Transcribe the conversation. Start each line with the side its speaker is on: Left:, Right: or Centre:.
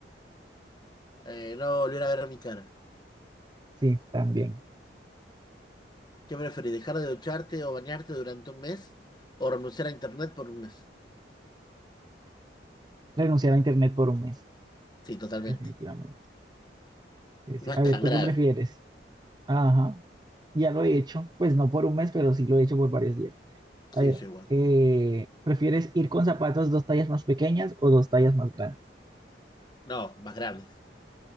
Left: Eh, no volver a ver a mi cara.
Right: Sí, también.
Left: ¿Qué preferís? ¿Dejar de ducharte o bañarte durante un mes? ¿O renunciar a internet por un mes?
Right: Renunciar a internet por un mes,
Left: Sí, totalmente.
Right: definitivamente. Sí, sí.
Left: No es
Right: A
Left: tan
Right: ver, ¿tú
Left: grave.
Right: qué prefieres? Ajá, ya lo he hecho, pues no por un mes, pero sí lo he hecho por varios días. A
Left: Sí,
Right: ver,
Left: yo igual.
Right: eh, ¿prefieres ir con zapatos dos tallas más pequeñas o dos tallas más grandes?
Left: No, más graves. <laughs>